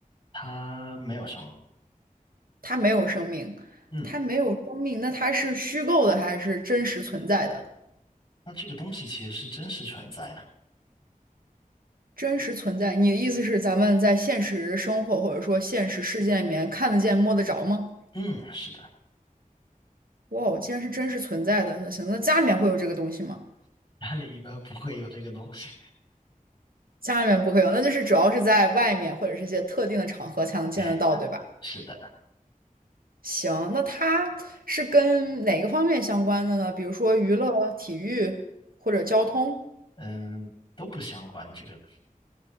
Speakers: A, on the left; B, on the right.
A: 它没有生物，
B: 它没有生命，
A: 嗯，
B: 它没有生命，那它是虚构的还是真实存在的？
A: 那这个东西其实是真实存在的，
B: 真实存在，你的意思是咱们在现实生活或者说现实世界里面看得见、摸得着吗？
A: 嗯，是的，
B: 哇哦，既然是真实存在的，那行，那家里面会有这个东西吗？
A: 家里一般不会有这个东西，
B: 家里面不会有，那就是主要是在外面或者是一些特定的场合才能见得到，
A: 哎，
B: 对吧？
A: 是的，
B: 行，那它是跟哪个方面相关的呢？比如说娱乐、体育或者交通
A: 嗯，都不相关这个，